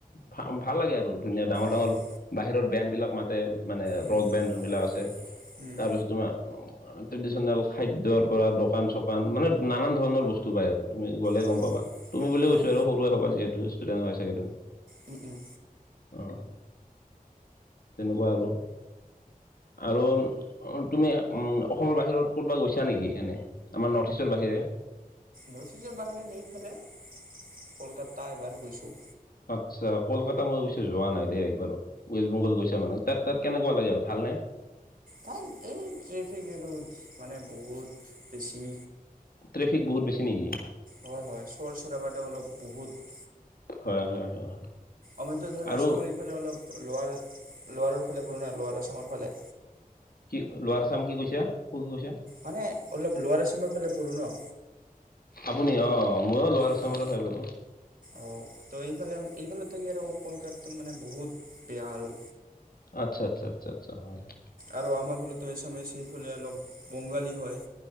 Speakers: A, on the left; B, on the right.
A: ভা ভাল লাগে আৰু ধুনীয়া ডাঙৰ
B: হয়
A: ডাঙৰ বাহিৰৰ বেণ্ডবিলাক মাতে। মানে
B: উম
A: ৰক
B: উম
A: বেণ্ড যোনবিলাক আছে,
B: উম
A: তাৰপিছত তোমাৰ ট্ৰেডিচনেল খাদ্যৰ পৰা দোকান চোকান মানে নানান ধৰণৰ বস্তু পায় আৰু। তুমি গ'লে
B: হয়
A: গম
B: হয়
A: পাবা, তুমি বুলি
B: হয়
A: কৈছো আৰু সৰুয়ে হবা যিহেতু ষ্টুডেন্ট হয় চাগে তুমি?
B: উম উম
A: অঁ তেনকুৱা আৰু। আৰু তুমি অসমৰ বাহিৰত ক'ৰবাত গৈছা নেকি এনে? আমাৰ নৰ্থ ইষ্টৰ বাহিৰে।
B: নৰ্থ ইষ্টৰ বাহিৰত এইফালে কলকাতা এবাৰ গৈছো।
A: আচ্ছা, কলকাতা মই অৱশ্যে যোৱা নাই দেই একবাৰো। ৱেষ্ট বংগল গৈছা মানে? তাত তাত কেনেকুৱা লাগে ভালনে?
B: তাত এই ট্ৰেফিক এইটো মানে বহুত বেছি।
A: ট্ৰেফিক বহুত বেছি নেকি?
B: হয় হয় চৰ চাৰাবা তেওঁলোক বহুত
A: হয় হয় হয়।
B: আমিটো ধৰ
A: আৰু
B: আচামৰ এইফালে অলপ লৱাৰ লোৱাৰৰ ফালে পৰো না লোৱাৰ আচামৰ ফালে।
A: কি লোৱাৰ আচাম কি কৈছা? কত গৈছা?
B: মানে অলপ লৱাৰ আচামৰ ফালে পৰো ন।
A: আপুনি অঁ ময়ো লৱাৰ আচামৰে
B: হা
A: হয় বাৰু।
B: অ ত' এইফালে এইফালে থাকি আৰু কলকাতাত মানে বহুত বেয়া আৰু।
A: আচ্ছা আচ্ছ আচ্ছা আচ্ছা হয় হয়।
B: আৰু আমাৰ ফালতো এছামেচিৰ ফালে অলপ বঙালী হয়।